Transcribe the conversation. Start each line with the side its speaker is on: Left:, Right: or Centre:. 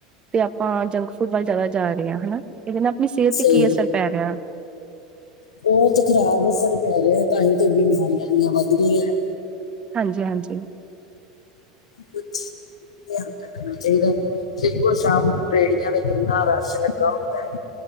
Right: ਤੇ ਆਪਾਂ ਜੰਕ ਫੂਡ ਜ਼ਿਆਦਾ ਜਾ ਰਿਹੇਹਾ ਹਨਾ, ਇਹਦੇ ਨਾਲ ਆਪਣੀ ਸਿਹਤ
Left: ਸਹੀ
Right: ਤੇ ਕੀ ਅਸਰ ਪੈ ਰਿਹਾ।
Left: ਬਹੁਤ ਖਰਾਬ ਅਸਰ ਪੈ ਰਿਹਾ, ਤਾਂਹੀ ਤੇ ਬਿਮਾਰੀਆਂ ਦੀਆਂ ਵੱਧ ਗਈਆਂ।
Right: ਹਾਂਜੀ-ਹਾਂਜੀ।
Left: ਬੱਚਿਆਂ ਨੂੰ ਧਿਆਨ ਰੱਖਣਾ ਚਾਹੀਦਾ। ਦੇਖੋ ਸ਼ਾਮ ਨੂੰ ਰੇਹੜੀਆਂ ਦਾ ਕਿੰਨਾ ਰਸ਼ ਲੱਗਾ ਹੁੰਦਾ ਐ।